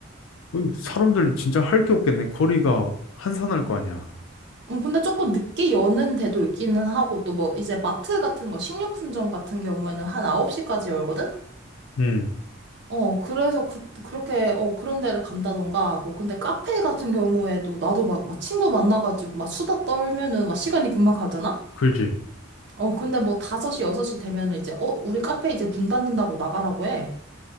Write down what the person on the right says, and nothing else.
음, 근데 조금 늦게 여는 데도 있기는 하고, 또 뭐, 이제 마트 같은 거, 식료품점 같은 경우에는 한 9시까지 열거든?
어, 그래서 그, 그렇게, 어, 그런 데를 간다던가, 뭐, 근데 카페 같은 경우에도 나도 막, 막 친구 만나가지고 막 수다 떨면은 막 시간이 금방 가잖아?
어, 근데 뭐 5시, 6시 되면은 이제, 어, 우리 카페 이제 문 닫는다고 나가라고 해.